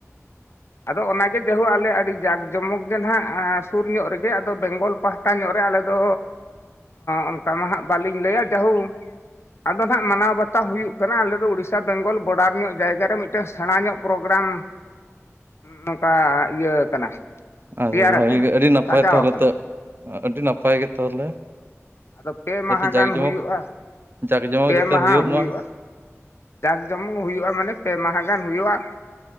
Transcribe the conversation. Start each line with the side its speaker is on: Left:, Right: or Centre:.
Left: ᱟᱫᱚ ᱚᱱᱟᱜᱮ ᱡᱟᱭᱦᱳᱠ ᱟᱞᱮ ᱟᱹᱰᱤ ᱡᱟᱠ ᱡᱚᱢᱚᱠ ᱜᱮ ᱱᱟᱜ ᱥᱩᱨ ᱧᱚᱜ ᱨᱮᱜᱮ ᱟᱫᱚ ᱵᱮᱝᱜᱚᱞ ᱯᱟᱦᱴᱟᱼᱼ ᱚᱱᱠᱟ ᱧᱚᱜ ᱨᱮ ᱟᱞᱮ ᱫᱚ ᱚᱱᱠᱟ ᱢᱟ ᱦᱟᱜ ᱵᱟᱹᱞᱤᱧ ᱞᱟᱹᱭᱟ ᱡᱟᱹᱦᱩᱼᱼ ᱟᱫᱚ ᱱᱟᱦᱟᱜ ᱢᱟᱱᱟᱣ ᱵᱟᱛᱟᱣ ᱦᱩᱭᱩᱜ ᱠᱟᱱᱟ ᱟᱞᱮᱫᱚ ᱩᱳᱲᱤᱥᱥᱟ ᱵᱮᱝᱜᱚᱞ ᱵᱚᱰᱟᱨ ᱧᱚᱜ ᱡᱟᱭᱜᱟ ᱨᱮ ᱢᱤᱫᱴᱟᱱ ᱥᱮᱬᱟ ᱧᱚᱜ ᱯᱨᱳᱜᱨᱟᱢᱼᱼ ᱱᱚᱝᱠᱟ ᱤᱭᱟᱹ ᱠᱟᱱᱟ᱾
Right: ᱟᱫᱚ
Left: ᱛᱮᱭᱟᱨ
Right: ᱵᱷᱟᱹᱜᱤ
Left: ᱟᱠᱟᱱᱟ
Right: ᱜᱮ ᱟᱹᱰᱤ ᱱᱟᱯᱟᱭ
Left: ᱥᱟᱡᱟᱣ
Right: ᱛᱟᱦᱚᱞᱮ
Left: ᱟᱠᱟᱱᱟ
Right: ᱛᱚ ᱟᱹᱰᱤ ᱱᱟᱯᱟᱭ ᱜᱮ ᱛᱟᱦᱚᱞᱮ᱾
Left: ᱟᱫᱚ ᱯᱮ ᱢᱟᱦᱟ
Right: ᱡᱟᱛᱮ ᱡᱟᱠ
Left: ᱜᱟᱱ
Right: ᱡᱚᱢᱚᱠ
Left: ᱦᱩᱭᱩᱜᱼᱟ᱾
Right: ᱡᱟᱠ ᱡᱚᱢᱚᱠ
Left: ᱯᱮ
Right: ᱡᱟᱛᱮ
Left: ᱢᱟᱦᱟ
Right: ᱦᱩᱭᱩᱜ
Left: ᱦᱩᱭᱩᱜᱼᱟ
Right: ᱢᱟ
Left: ᱡᱟᱠ ᱡᱚᱢᱚᱠ ᱦᱩᱭᱩᱜᱼᱟ ᱢᱟᱱᱮ ᱯᱮ ᱢᱟᱦᱟ ᱜᱟᱱ ᱦᱩᱭᱩᱜᱼᱟ᱾